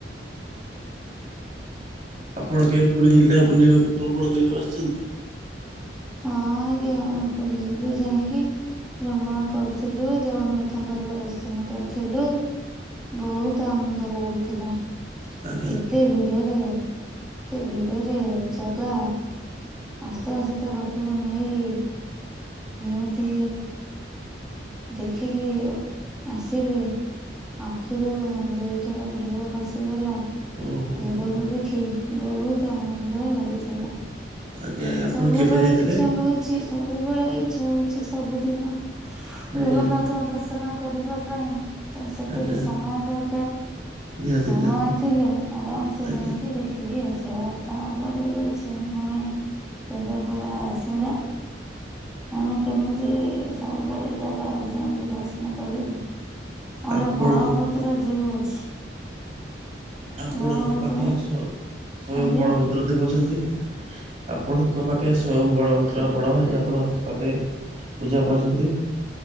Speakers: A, on the right; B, in the centre.
A: ଆପଣ କେବେ ପୁରୀ ଜିଲ୍ଲା ବୁଲିବାକୁ ଭ୍ରମଣ କରିବାକୁ ଆସିଛନ୍ତି?
B: ହଁ ଆଜ୍ଞା ପୁରୀ ଜି ଯାଇକି ଭ୍ରମଣ କରିଥିଲୁ ଜଗନ୍ନାଥଙ୍କର ଦର୍ଶନ କରିଥିଲୁ। ବହୁତ ଆନନ୍ଦ ଲାଗିଥିଲା
A: ଆଜ୍ଞା
B: ଏତେ ଭିଡରେ ଏତେ ଭିଡରେ ଜଗା ଆସ୍ତେ ଆସ୍ତେ ତ ପା ପାଖକୁ ନେଇକି ଯେମିତି ଦେଖିକି ଆସିଲି। ଆଖିରୁ ଦୁଇଟୋପା ଲୁହ ଖସିଗଲା।
A: ଓହୋ
B: ଜଗାକୁ ଦେଖି ବହୁତ ଆନନ୍ଦ ଲାଗିଥିଲା।
A: ଆଜ୍ଞା ଆପଣ
B: ସବୁବେଳେ
A: କେବେ ଯାଇଥିଲେ?
B: ଇଚ୍ଛା ହଉଛି ସବୁବେଳେ ଇଚ୍ଛା ହଉଛି ସବୁଦିନ
A: ଆଜ୍ଞା
B: ଜଗନ୍ନାଥ ଦର୍ଶନ କରିବା ପାଇଁ। ତ ସେତିକି
A: ଆଜ୍ଞା
B: ସମୟ ଦରକାର।
A: ନିହାତି
B: ସମୟ
A: ନିହାତି
B: ଥିଲେ ଆରାମସ
A: ଆଜ୍ଞା
B: ଯାଇକି ଦେଖିକି ଆସିବା। ତାପରେ ରହୁଛି ଆମେ କେନ୍ଦ୍ରାପଡା ବାସିନ୍ଦା। ଆମେ କେମିତି ସବୁବେଳେ ଜାଗାକୁ ଯାଇକି ଦର୍ଶନ କରିବୁ। ଆମର
A: ଆପଣଙ୍କ
B: ବଳଭଦ୍ର ଜିଉ ଅଛି।
A: ଆପଣଙ୍କ
B: ବଳଭଦ୍ର
A: ପାଖେ ସ୍ଵୟଂ
B: ଆଜ୍ଞା।
A: ବଳଭଦ୍ର ଦେବ ଅଛନ୍ତି। ଆପଣଙ୍କ ପାଖରେ ସ୍ଵୟଂ ବଳଭଦ୍ର ବଡ ଭାଇ ଆପଣଙ୍କ ପାଖରେ ପୂଜା ପାଛନ୍ତି